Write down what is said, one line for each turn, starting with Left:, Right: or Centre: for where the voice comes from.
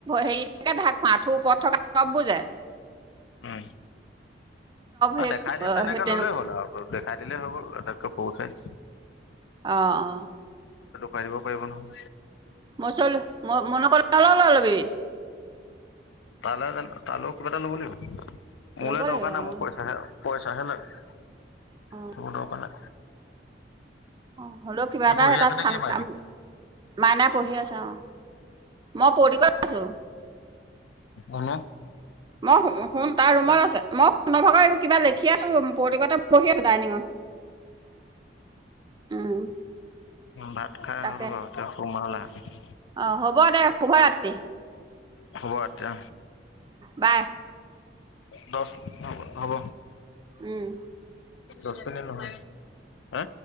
Right: হেৰিকে ঢাক খুৱা আঁঠু ওপৰত থকা তব বুজে
Left: উম
Right: সেই
Left: দেখাই দিম তেনেকে
Right: সেই তেনেকুৱা
Left: ল'লেই হ'ল আৰু দেখাই দিলেই হৈ গ'ল আটাইতকৈ খৰুচাই
Right: আহ আহ
Left: পাৰিব পাৰিব নহয়
Right: মই চল মই মন ক অল লবি
Left: তালা জ তালেও কিবা এটা ল'ব লে মোলৈ
Right: ল'ব
Left: দৰকাৰ
Right: লাগিব
Left: নাই
Right: অ
Left: মোৰ পইচাহে পইচাহে লাগে
Right: অ
Left: স দক ন
Right: অ হলেও কিবা
Left: সি
Right: এটা
Left: পঢ়ি
Right: এ তাত
Left: আছে নে
Right: ঠাণ্া
Left: কি মাইনা?
Right: মাইনা পঢ়ি আছে অ মই পতিগত আছো
Left: অ
Right: মই শুন তাৰ ৰুমত আছে মই শ নভক কিবা লিখি আছো প্ৰতিক ব নি উম
Left: উ ভাত খাই
Right: তাকে
Left: হ'ল বাৰু এ সোমাল আহ <inaudible>
Right: অ, হ'ব দে। শুভৰাত্ৰি।
Left: হ'ব আচ্ছা,
Right: বাই
Left: দছ অ হ'ব।
Right: উম
Left: দছপিনি নহয় হে।